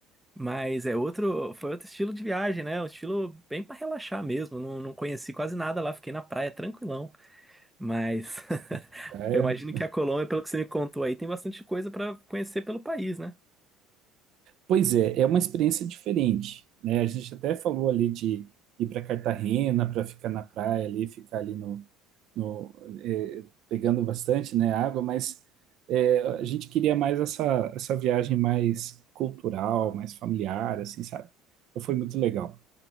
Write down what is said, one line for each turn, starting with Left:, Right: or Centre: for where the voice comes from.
Centre: Mas é outro, foi outro estilo de viagem, né? Um estilo bem para relaxar mesmo. Não, não conheci quase nada lá, fiquei na praia tranquilão. Mas
Right: Sim,
Centre: <laughs>
Right: praia.
Centre: eu imagino que a Colômbia, pelo que você me contou aí, tem bastante coisa para conhecer pelo país, né?
Right: Pois é, é uma experiência diferente, né? A gente até falou ali de ir para Cartagena para ficar na praia ali, ficar ali no, no eh, pegando bastante, né, água, mas eh, a gente queria mais essa essa viagem mais cultural, mais familiar, assim, sabe? Então Foi
Centre: Uhum.
Right: muito legal.